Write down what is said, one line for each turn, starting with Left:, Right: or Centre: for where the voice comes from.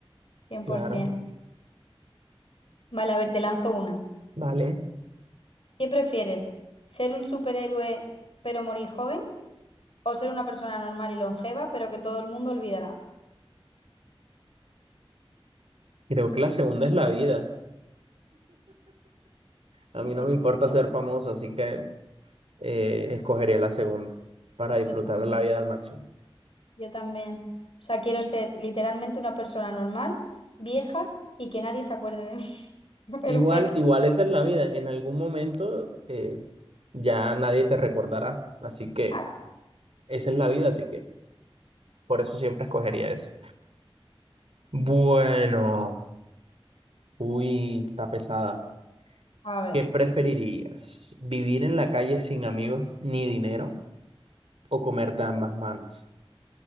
Left: cien
Right: Claro.
Left: por 100%. Vale, a ver, te lanzo una.
Right: Vale.
Left: ¿Qué prefieres? ¿Ser un superhéroe pero morir joven? ¿O ser una persona normal y longeva pero que todo el mundo olvidará?
Right: Creo que la segunda es la vida. A mí
Left: Es
Right: no
Left: que
Right: me
Left: estoy
Right: importa
Left: como-
Right: ser famoso, así que eh, escogería la segunda para disfrutar
Left: yo, tam-
Right: la vida al máximo.
Left: yo también. O sea, quiero ser literalmente una persona normal, vieja y que nadie se acuerde de mí. <laughs> Pero
Right: Igual,
Left: pero,
Right: igual esa es la vida. En algún momento eh, ya nadie te recordará. Así que
Left: Claro.
Right: esa es la vida, así que por eso siempre escogería eso. Bueno, uy, está pesada.
Left: A ver.
Right: ¿Qué preferirías? ¿Vivir en la calle sin amigos ni dinero o comerte ambas manos?